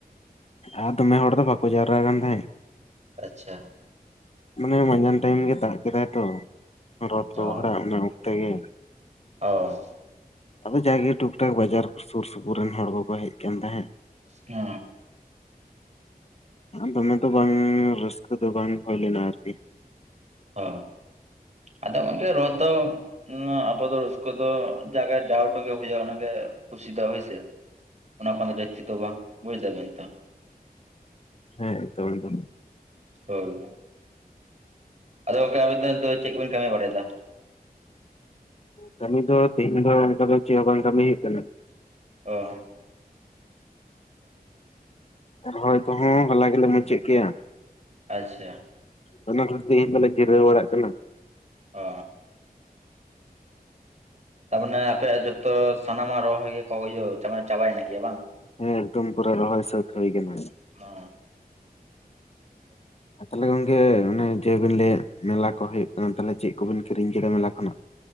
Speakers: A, on the left; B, on the right.
A: ᱟᱨ ᱫᱚᱢᱮ ᱦᱚᱲ ᱫᱚ ᱵᱟᱠᱚ ᱡᱟᱣᱨᱟ ᱠᱟᱱ ᱛᱟᱦᱮᱸᱫ
B: ᱟᱪᱪᱷᱟ
A: ᱢᱟᱱᱮ ᱢᱟᱸᱡᱟᱱ ᱴᱟᱭᱤᱢ ᱜᱮ ᱫᱟᱜ ᱠᱮᱫᱟᱭ ᱛᱚ ᱨᱚᱛ ᱠᱚ
B: ᱚ
A: ᱜᱚᱦᱚᱲᱟ ᱚᱱᱮ ᱚᱠᱛᱮ ᱜᱮ
B: ᱚ
A: ᱟᱫᱚ ᱡᱟᱜᱮ ᱴᱩᱠ ᱴᱟᱠ ᱵᱟᱡᱟᱨ ᱥᱩᱨ ᱥᱩᱯᱩᱨ ᱨᱮᱱ ᱦᱚᱲ ᱠᱚᱠᱚ ᱦᱮᱡ ᱠᱟᱱ ᱛᱟᱦᱮᱸᱫ
B: ᱚ
A: ᱫᱚᱢᱮ ᱫᱚ ᱵᱟᱝ ᱨᱟᱹᱥᱠᱟᱹ ᱫᱚ ᱵᱟᱝ ᱦᱳᱭ ᱞᱮᱱᱟ ᱟᱨᱠᱤ
B: ᱦᱚ ᱟᱫᱚ ᱜᱚᱢᱠᱮ ᱨᱚᱛ ᱫᱚ ᱚᱱᱟ ᱟᱵᱚ ᱫᱚ ᱨᱟᱹᱥᱠᱟᱹ ᱫᱚ ᱡᱟᱜᱮ ᱡᱟᱣᱰᱩᱝᱜᱮ ᱦᱩᱭᱩᱜ-ᱟ ᱚᱱᱟᱜᱮ ᱠᱩᱥᱤ ᱫᱚ ᱦᱳᱭᱥᱮ ᱚᱱᱟ ᱠᱷᱚᱱᱫᱚ ᱡᱟᱭᱛᱤ ᱫᱚ ᱵᱟᱝ ᱵᱩᱡ ᱫᱟᱵᱤᱱ ᱛᱚ
A: ᱦᱮᱸ <unintelligible>
B: ᱦᱳᱭ, ᱟᱫᱚ ᱜᱚᱝᱠᱮ ᱟᱵᱤᱱ ᱫᱚ ᱱᱤᱛᱚᱜ ᱫᱚ ᱪᱮᱫ ᱠᱚᱵᱤᱱ ᱠᱟᱹᱢᱤ ᱵᱟᱲᱟᱭᱫᱟ᱾
A: ᱠᱟᱹᱢᱤ ᱫᱚ ᱛᱮᱦᱮᱧ ᱫᱚ ᱚᱱᱠᱟ ᱫᱚ ᱪᱮᱫ ᱦᱚᱵᱟᱝ ᱠᱟᱹᱢᱤ ᱦᱩᱭᱩᱜ ᱠᱟᱱᱟ᱾
B: ᱚ
A: ᱨᱚᱦᱚᱭ ᱠᱚᱦᱚᱸ ᱦᱚᱞᱟ ᱜᱮᱞᱮ ᱢᱩᱪᱟᱹᱫ ᱠᱮᱭᱟ᱾
B: ᱟᱪᱪᱷᱟ
A: <unintelligible> ᱛᱤᱦᱤᱧ ᱡᱤᱨᱟᱹᱣ ᱵᱟᱲᱟᱜ ᱠᱟᱱᱟ᱾
B: ᱚ ᱛᱟᱨᱢᱟᱱᱮ ᱟᱯᱮᱭᱟᱜ ᱡᱚᱛᱚ ᱥᱟᱱᱟᱢᱟᱜ ᱨᱚᱦᱚᱭ ᱜᱮᱭᱟ ᱠᱚ <unintelligible> ᱪᱟᱵᱟᱭᱮᱱ ᱜᱮᱭᱟ ᱵᱟᱝ?
A: ᱦᱮᱸ ᱮᱠᱫᱚᱢ ᱯᱩᱨᱟᱹ ᱨᱚᱦᱚᱭ ᱥᱟᱹᱛ ᱦᱳᱭ ᱠᱟᱱᱟ᱾
B: ᱚ <inaudible>
A: ᱛᱟᱦᱞᱮ ᱜᱚᱝᱠᱮ ᱚᱱᱮ ᱡᱮᱵᱤᱱ ᱞᱟᱹᱭᱮᱫ ᱢᱮᱞᱟ ᱠᱚ ᱦᱩᱭᱩᱜ ᱠᱟᱱᱟ᱾ ᱛᱟᱦᱚᱞᱮ ᱪᱮᱫ ᱠᱚᱵᱤᱱ ᱠᱤᱨᱤᱧ ᱠᱮᱫᱟ ᱢᱮᱞᱟ ᱠᱷᱚᱱᱟᱜ?